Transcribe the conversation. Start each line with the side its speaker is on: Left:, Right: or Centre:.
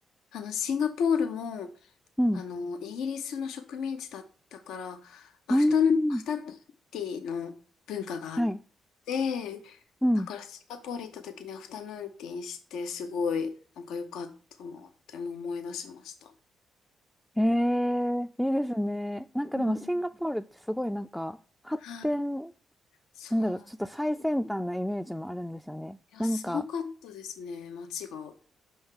Left: あの、シンガポールも、
Centre: う。うん。
Left: あの、イギリスの植民地だったから、アフタヌ、
Centre: うーん。
Left: アフタヌーンティーの文化があっ
Centre: はい。
Left: て、
Centre: うん。
Left: だからシンガポール行った時にアフタヌーンティーにして、すごい、なんか良かったなって思い出しました。
Centre: ええいいですね。なんかでもシンガポールってすごいなんか発展、
Left: うん。はい、そう。
Centre: なんだろう、ちょっと最先端なイメージもあるんですよね。
Left: いや、
Centre: なんか、
Left: すごかったですね、街が。